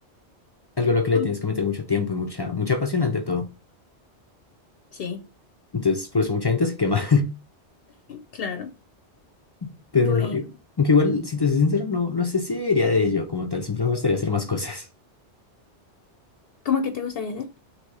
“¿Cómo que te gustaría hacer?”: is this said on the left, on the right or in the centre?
Left